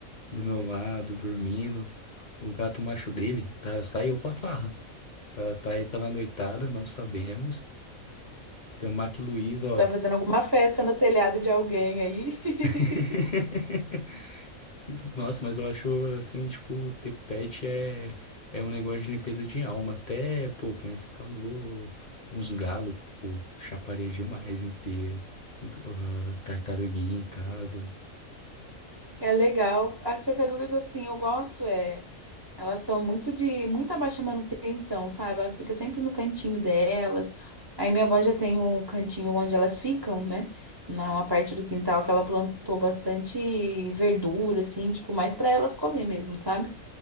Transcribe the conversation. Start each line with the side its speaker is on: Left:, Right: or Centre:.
Left: do meu lado, dormindo. O gato macho dele tá, saiu pra farra, tá, tá aí pela noitada, não sabemos. Tem o Mac Luiz, ó,
Right: Tá fazendo alguma festa no telhado de alguém aí.
Left: <laughs>
Right: <laughs>
Left: Nossa, mas eu acho assim, tipo, ter pet é, é um negócio de limpeza de alma. Até, pô, que nem você falou, uns galos, pô, chaparia demais em ter ah, tartaruguinha em casa.
Right: É legal. As tartarugas, assim, eu gosto, é. Elas são muito de muita baixa manutenção, sabe? Elas ficam sempre no cantinho delas. Aí minha avó já tem um cantinho onde elas ficam, né? Numa parte do quintal que ela plantou bastante verdura, assim, tipo, mais pra elas comer mesmo, sabe?